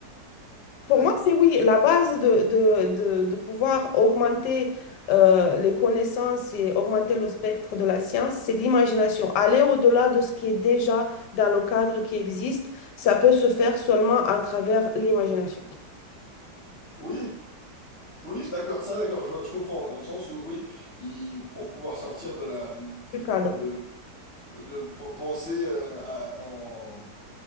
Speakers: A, on the left; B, on the left.
A: pour
B: D'ac-
A: moi, c'est oui. La base de, de, de, de pouvoir augmenter euh, les connaissances et augmenter le spectre de la science, c'est l'imagination. Aller au-delà de ce qui est déjà dans le cadre qui existe, ça peut se faire seulement à travers l'imagination
B: Oui, oui, d'accord, ça d'accord, je, je comprends, dans le sens où, oui, il- pour pouvoir sortir de la...
A: du cadre.
B: de, de p- penser euh, à- en...